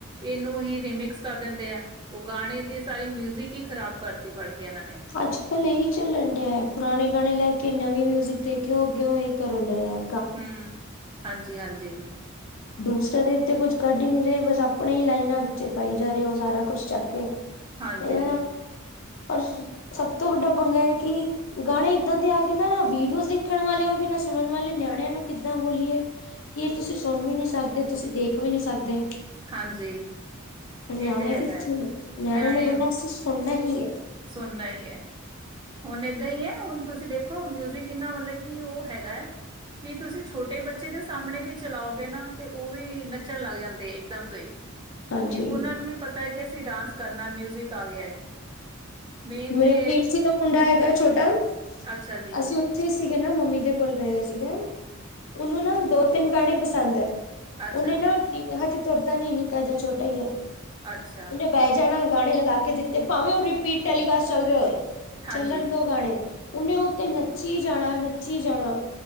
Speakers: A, on the right; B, on the left.
A: ਇਹਨੂੰ ਹੀ ਰੀਮਿਕਸ ਕਰ ਦਿੰਦੇ ਆ। ਉਹ ਗਾਣੇ ਦੀ ਸਾਰੀ ਮਿਊਜ਼ ਕੀ ਖਰਾਬ ਕਰਤੀ ਫੜ ਕੇ ਇਹਨਾਂ ਨੇ।
B: ਅੱਜ ਕੱਲ ਇਹੀ ਚੱਲਣ ਡਿਆ ਹੈ ਪੁਰਾਣੇ ਗਾਣੇ ਲੈ ਕੇ ਨਵੀਂ ਮਿਊਜਿਕ ਦੇਖਿਓ ਅੱਗੇਓ ਇਹ ਕਰਨ ਡਿਆ ਯਾਰ।
A: ਹਮ ਹਾਂਜੀ ਹਾਂਜੀ।
B: ਦੂਸਰਾ ਦੇ ਤੇ ਕੁਛ ਕੱਢ ਹੀ ਨੀ ਰਹੇ, ਬਸ ਆਪਣੇ ਹੀ ਲਾਈਨਾਂ ਵਿੱਚ ਪਾਈ ਜਾ ਰਹੇ ਹੋ ਸਾਰਾ ਕੁਛ ਚੱਕ ਕੇ।
A: ਹਾਂਜੀ,
B: ਇਹ
A: ਹਾਂਜੀ
B: ਔਰ ਸਭ ਤੋਂ ਵੱਡਾ ਪੰਗਾ ਏ ਕਿ ਗਾਣੇ ਇਦਾਂ ਦੇ ਆ ਗਏ ਨਾ, ਵੀਡੀਓ ਦੇਖਣ ਵਾਲੇ ਹੋ ਗਏ ਨਾ ਸੁਣਨ ਵਾਲੇ ਨਿਆਣਿਆਂ ਨੂੰ ਕਿੱਦਾਂ ਬੋਲੀਏ। ਕਿ ਇਹ ਤੁਸੀਂ ਸੁਣ ਵੀ ਨੀ ਸਕਦੇ, ਤੁਸੀਂ ਦੇਖ ਵੀ ਨੀ ਸਕਦੇ।
A: ਹਾਂਜੀ।
B: ਨਿਆਣੇ
A: ਏ ਤੇ ਹੈਗਾ
B: ਕਿੱਥੇ
A: ਹੈ, ਨਿਆਣੇ
B: ਨੇ ਬੋਲਣਾ ਅਸੀਂ ਸੁਣਨਾ ਹੀ ਹੈ।
A: ਸੁਣਨਾ ਹੀ ਹੈ। ਹੁਣ ਏਦਾਂ ਈ ਏ, ਹੁਣ ਤੁਸੀਂ ਦੇਖੋ ਮਿਊਜ਼ਿਕ ਕਿੰਨਾ ਮਤਲਬ ਉਹ ਹੈਗਾ ਹੈ। ਕੀ ਤੁਸੀਂ ਛੋਟੇ ਬੱਚੇ ਦੇ ਸਾਮਣੇ ਵੀ ਚਲਾਓਗੇ ਨਾ, ਤੇ ਉਹ ਵੀ ਨੱਚਣ ਲੱਗ ਜਾਂਦੇ ਇੱਕ ਦਮ ਤੋਂ ਹੀ।
B: ਹਾਂਜੀ
A: ਕਿ ਉਹਨਾਂ ਨੂੰ ਵੀ ਪਤਾ ਏ ਕਿ ਅਸੀਂ ਡਾਂਸ ਕਰਨਾ ਮਿਊਜ਼ਿਕ ਆ ਗਿਆ ਹੈ। ਮੇਨ
B: ਮੇਰੇ
A: ਤੇ
B: ਵੀਰ ਜੀ ਦਾ ਮੁੰਡਾ ਹੈਗਾ ਛੋਟਾ
A: ਅੱਛਾ ਜੀ।
B: ਅਸੀਂ ਉੱਥੇ ਸੀਗੇ ਨਾ, ਮੰਮੀ ਦੇ ਕੋਲ ਗਏ ਸੀਗੇ ਉਹਨੂੰ ਨਾ ਦੋ ਤਿੰਨ ਗਾਣੇ ਪਸੰਦ ਏ।
A: ਅੱਛਾ
B: ਉਹਨੇ
A: ਜੀ,
B: ਨਾ ਹਜੇ ਤੁਰਦਾ ਨੀ ਨਿੱਕਾ ਜ ਛੋਟਾ ਈ ਆ।
A: ਅੱਛਾ।
B: ਪੈ ਜਾਣਾ ਗਾਣੇ ਲਗਾ ਕੇ ਜਿੱਥੇ ਪਾਵੇਂ ਉਹ ਰਿਪੀਟ ਟੈਲੀਕਾਸਟ ਚੱਲ ਰਹੇ ਹੋਏ
A: ਹਾਂਜੀ,
B: ਚੱਲਣ ਦੋ ਗਾਣੇ। ਉਹਨੇ ਉਤੇ ਨੱਚੀ ਜਾਣਾ - ਨੱਚੀ ਜਾਣਾ